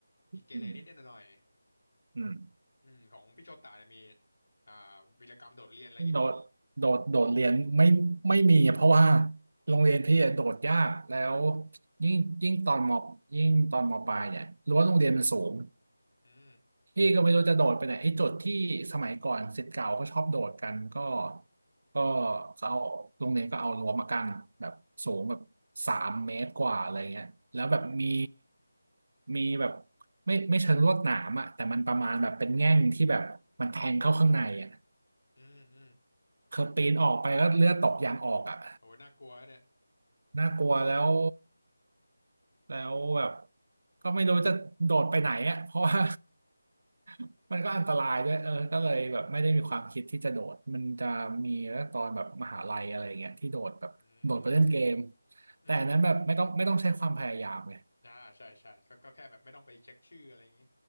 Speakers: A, on the left (about 65°); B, on the right (about 55°).
A: มีเกเรนิดนหน่อย
B: อืมอืม
A: ๆอืมของพี่โชตาเนี่ยมีอ่าวีรกรรมโดดเรียนอะไรอย่างงี้ไหม
B: โดดโดดโดดเรียนไม่ไม่มีเพราะว่าโรงเรียนพี่อะโดดยากแล้วยิ่งยิ่งตอนมยิ่งตอนมปลายเนี่ยรั้วโรงเรียนมันสูง
A: อืม
B: พี่ก็ไม่รู้จะโดดไปไหนไอ้โจุดที่สมัยก่อนศิษย์เก่าก็ชอบโดดกันก็ก็เขาเอาโรงเรียนก็เอารั้วมากั้นแบบสูงแบบสามเมตรกว่าอะไรเงี้ยแล้วแบบมีมีแบบไม่ไม่เชิงลวดหนามอะแต่มันประมาณแบบเป็นแง่งที่แบบมันแทงเข้าข้างในอะ
A: อืมอืม
B: คือปีนออกไปแล้วเลือดตกยางออกอ่ะ
A: โหน่ากลัวเนี่ย
B: น่ากลัวแล้วแล้วแบบก็ไม่รู้จะโดดไปไหนอ่ะเพราะว่า <laughs> มันก็อันตรายด้วยเออก็เลยแบบไม่ได้มีความคิดที่จะโดดมันจะมีแล้วตอนแบบมหาลัยอะไรอย่างเงี้ยที่โดดแบบโดดไปเล่นเกม
A: อืมอืม
B: แต่อันนั้นแบบไม่ต้องไม่ต้องใช้ความพยายามไง
A: อ่าใช่ใช่ก็ก็แค่แบบไม่ต้องไปเช็คชื่ออะไรอย่างงี้